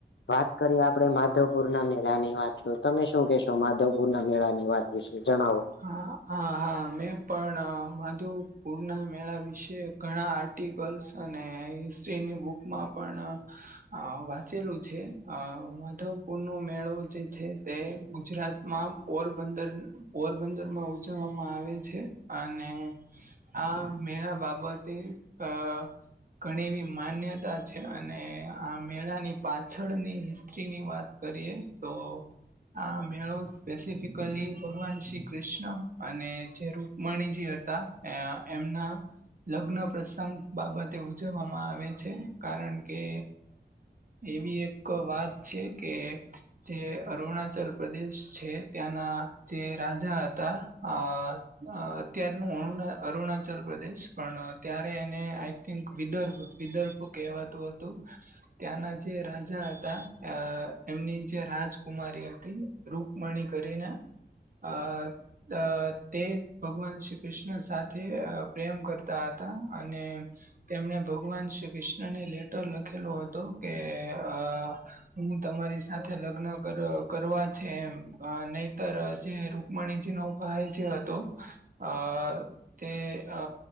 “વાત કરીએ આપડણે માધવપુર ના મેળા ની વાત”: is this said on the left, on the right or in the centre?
Left